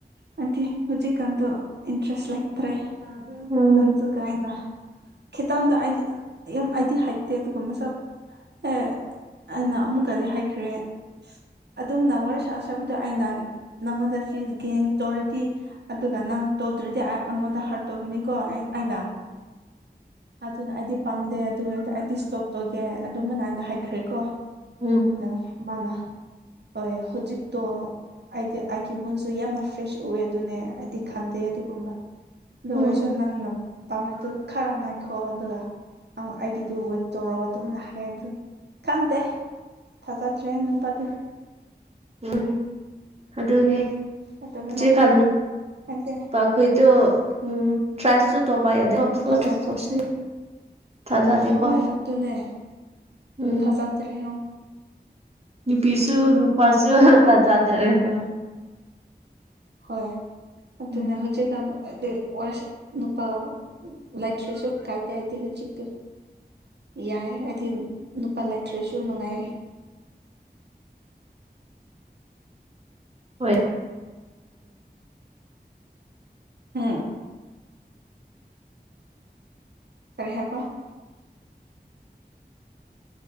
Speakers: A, on the right (about 80°); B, on the right (about 35°).
A: ꯍꯥꯏꯗꯤ ꯍꯧꯖꯤꯛꯀꯥꯟꯗꯣ ꯏꯟꯇ꯭ꯔꯦꯁ ꯂꯩ ꯇ꯭ꯔꯦ ꯇꯥꯕ꯭ꯔꯣ
B: ꯎꯝ
A: ꯑꯇꯨꯒ ꯑꯩꯅ ꯈꯤꯇꯪꯗ ꯑꯩꯖꯦ ꯌꯥꯝ ꯑꯩꯗꯤ ꯍꯩꯇꯦ ꯑꯗꯨꯒꯨꯝꯕꯁꯨ ꯑꯦ ꯑꯩꯅ ꯑꯃꯨꯛ ꯀꯔꯤ ꯍꯥꯏꯈ꯭ꯔꯦ ꯑꯗꯨꯝꯅ ꯋꯥꯔꯤ ꯁꯥ ꯁꯥꯕꯗꯣ ꯑꯩꯅ ꯅꯪꯉꯣꯟꯗ ꯐꯤꯁ ꯒꯦꯡ ꯇꯧꯔꯗꯤ ꯑꯗꯨꯒ ꯅꯪ ꯇꯧꯗ꯭ꯔꯗꯤ ꯑꯩ ꯑꯩꯉꯣꯟꯗ ꯍꯥꯔꯠ ꯇꯣꯒꯤꯅꯤꯀꯣ ꯑꯩ ꯑꯩꯅ ꯑꯗꯨꯅ ꯑꯩꯗꯤ ꯄꯥꯝꯗꯦ ꯑꯗꯨꯒ ꯑꯩꯗꯤ ꯏꯁꯇꯣꯞ ꯇꯧꯒꯦ ꯑꯗꯨꯃꯥꯏꯅ ꯍꯥꯏꯅ ꯍꯥꯏꯈ꯭ꯔꯦꯀꯣ
B: ꯎꯝ
A: ꯗ ꯃꯥꯅ ꯍꯣꯏ ꯍꯧꯖꯤꯛꯇꯣ ꯍꯥꯏꯗꯤ ꯑꯩꯒꯤ ꯒꯨꯟꯁꯨ ꯌꯥꯝꯅ ꯐ꯭ꯔꯦꯁ ꯑꯣꯏ ꯑꯗꯨꯅꯦ ꯑꯩꯗꯤ ꯈꯟꯗꯦ ꯑꯗꯨꯒꯨꯝꯕ ꯑꯗꯨꯑꯣꯏꯔꯁꯨ
B: ꯎꯝ
A: ꯅꯪꯅ ꯄꯥꯝꯔꯗꯨ ꯈꯔ ꯉꯥꯏꯈꯣ ꯑꯗꯨꯒ ꯑꯩꯒꯤꯗꯨꯣ ꯋꯦꯠ ꯇꯧꯔꯣ ꯑꯗꯨꯝꯅ ꯍꯥꯏꯌꯦ ꯑꯗꯨ ꯈꯟꯗꯦ ꯊꯥꯖ ꯇ꯭ꯔꯦ ꯅꯤꯄꯥꯗꯤ
B: ꯎꯝ ꯑꯗꯨꯅꯤ
A: ꯑꯗꯨꯃꯥꯏꯅ
B: ꯍꯧꯖꯤꯛꯀꯥꯟ
A: ꯍꯥꯏ
B: ꯅꯨꯞ
A: ꯍꯥꯏꯗꯤ
B: ꯍꯣꯏꯗꯣ ꯎꯝ ꯇ꯭ꯔꯥꯏꯁꯨ ꯇꯣꯕꯥꯥ ꯌꯥꯗꯦ ꯀꯣ ꯐꯨꯜ
A: ꯊꯥꯖ
B: ꯇ꯭ꯔꯁ ꯇꯧꯕꯁꯨ ꯊꯥꯖꯗꯦꯀꯣ
A: ꯍꯣꯏ ꯑꯗꯨꯅꯦ
B: ꯎꯝ
A: ꯊꯥꯖꯗ꯭ꯔꯦ ꯑꯣꯡ
B: ꯅꯨꯄꯤꯁꯨ ꯅꯨꯄꯥꯁꯨ
A: ꯅꯨꯄꯥ
B: ꯑ ꯇꯥꯖꯗ꯭ꯔꯦꯕ
A: ꯍꯣꯏ ꯑꯗꯨꯅꯦ
B: ꯎꯝ
A: ꯍꯧꯖꯤꯛꯀꯥꯟꯗꯣ ꯍꯥꯏꯗꯤ ꯑꯣꯏꯔꯁꯤ ꯅꯨꯄꯥꯒꯥ ꯂꯣꯏ ꯂꯩꯇꯔꯁꯨ ꯀꯥꯏꯗꯦ ꯍꯥꯏꯗꯤ ꯍꯨꯖꯤꯛꯇꯤ ꯌꯥꯏ ꯑꯩꯗꯤ ꯅꯨꯄꯥ ꯂꯩꯇ꯭ꯔꯁꯨ ꯅꯨꯡꯉꯥꯏꯌꯦ
B: ꯍꯣꯏ
A: ꯎꯝ ꯀꯔꯤ ꯍꯥꯏꯄꯥ